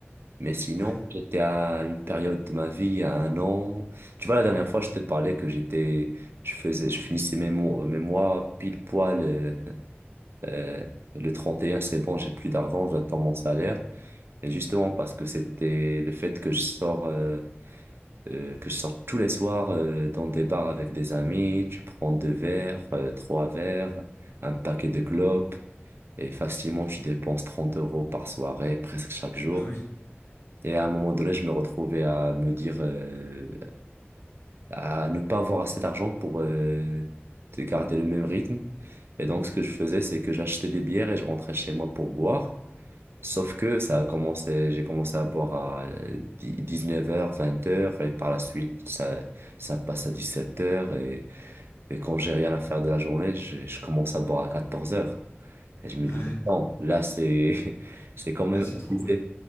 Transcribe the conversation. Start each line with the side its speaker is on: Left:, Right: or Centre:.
Right: Mais sinon,
Left: Ouais,
Right: j'étais à une période de ma vie, à un an. Tu vois, la dernière fois, je te parlais que j'étais, je faisais, je finissais mes mois, mes mois pile poil, euh, euh, le 31 c'est bon, j'ai plus d'argent, j'attends mon salaire. Et justement, parce que c'était le fait que je sors, euh, euh, que je sors tous les soirs, euh, dans des bars avec des amis, tu prends deux verres, euh, trois verres, un paquet de clopes, et facilement, tu dépenses 30 euros par soirée, presque chaque jour.
Left: bah oui.
Right: Et à un moment donné, je me retrouvais à me dire, euh, à ne pas avoir assez d'argent pour euh, de garder le même rythme. Et donc, ce que je faisais, c'est que j'achetais des bières et je rentrais chez moi pour boire. Sauf que ça a commencé, j'ai commencé à boire à euh, dix dix-neuf heures vingt heures et par la suite, ça, ça passe à dix-sept heures Et, et quand j'ai rien à faire de la journée, je, je commence à boire à 14 heures et je me
Left: Ouais,
Right: dis, non, là, c'est, <laughs> c'est quand même
Left: là, c'est trop,
Right: abusé.
Left: ouais.